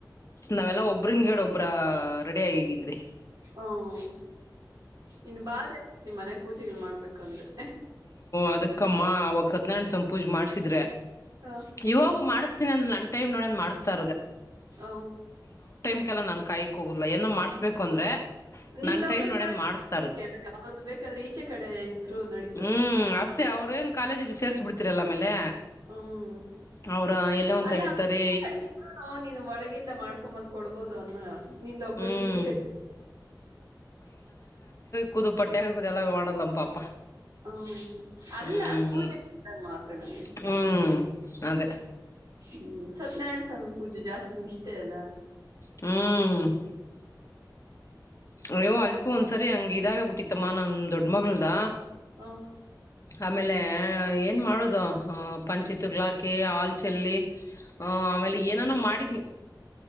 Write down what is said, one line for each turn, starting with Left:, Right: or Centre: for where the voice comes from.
Left: ನಾವೆಲ್ಲಾ ಒಬ್ರನ್ ಗೇಡ ಒಬ್ರ ರೆಡಿ ಆಗ ಹಗಿದ್ರಿ
Right: ಹ್ಮ ಇನ್ ಬಾಧೆ ನಿ ಮನೆಗ ಪೂಜೆಗಳು ಮಾಡ್ಬೇಕಂದ್ರೆ
Left: ಅದಕ್ಕಮ್ಮ ಅವಾಗ ಸತ್ನಾಯಣ ಸಂಪೂಜ ಮಾಡ್ಸಿದ್ರೆ
Right: ಹ
Left: ಇವಾಗು ಮಾಡಸ ನನ್ ಟೈಮ್ ನೋಡಿ ಮಾಡ್ತಿರೋಧೆ
Right: ಹ
Left: ಲ್ಲ ನಾನನ್ ಕಾಯಕ್ ಹೋಗುದಿಲ್ಲ ಏನೋ ಮಾಡ್ಬೇಕು ಅಂದ್ರೆ
Right: ನಿಂದ
Left: ನನ್ ಟೈಮ್
Right: ಒಬ್ಬಳ
Left: ನೋಡನ್
Right: ನೋಡ್
Left: ಮಾಡಿಸ್ತಾ ಇರೋದು
Right: ಅವ್ರದ್ದು ಬೇಕಾದ್ರೆ ಈಚೆ ಕಡೆ ಇದ್ರು ನಡಿ
Left: ಹ್ಮ್ ಹಸೆ ಅವ್ರ ಏನ್ ಕಾಲೇಜಿಗೆ ಸೇರ್ರಿಸಿ ಬಿಡ್ತಿರಲ್ಲ ಆಮೇಲೆ
Right: ಹ್ಮ
Left: ಅವ್ರ ಎಲ್ಲೋ ಒಂತಾಗಿರ್ತಾರೆ
Right: ಅಲ್ಲ ಕಡೊ ನೀನು ಒಳಗಿಂದ ಮಾಡ್ಕೊಂಬಂದ್ ಕೊಡ್ಬೋದು ಅನ್ನಯ ನಿಂದ ಒಬ್ಬಳ್ದಲ್ದಿರರು
Left: ಹ್ಮ್ ಕುದು ಪಟ್ಟೆ ಹುದುದು ಎಲ್ಲ ಮಾಡಲ್ಲ ಪಾಪ
Right: ಹ್ಮ ಅಲ್ಲ
Left: ಹ್ಮ್
Right: ಪೂಜೆ ಮಾತ್ರ ನಾನು ಹೇಳ್ತದೆ
Left: ಹ್ಮ್ ಅದೇ
Right: ಹ್ಮ್ ಸತ್ಯನಾರಾಯಣ ಸ್ವಾಮಿ ಪೂಜೆ ಜಾಸ್ತಿ ಇಷ್ಟೇ ಅಲ್ಲಾ
Left: ಹ್ಮ್ ಅಯೋ ಅಲ್ಕೂ ಒಂದ್ಸರಿ ಹಂಗ ಇದಾಗ ಬಿಟ್ಟಿತ್ತಮ್ಮ ನಾ ದೊಡ್ಡ್ಮಗಳದ
Right: ಹಾ
Left: ಆಮೇಲೆ ಏನ್ ಮಾಡುದು ಪಂಚಿ ತಗ್ಲಾಕಿ ಹಲ್ ಚೆಲ್ಲಿ ಹ ಆಮೇಲೆ ಏನಾನೋ ಮಾಡಿದ್